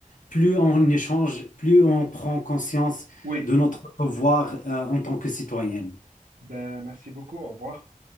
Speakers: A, on the left; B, on the right.
A: plus on échange, plus on prend conscience
B: Oui.
A: de notre devoir euh, en tant que citoyenne.
B: Ben, merci beaucoup. Au revoir.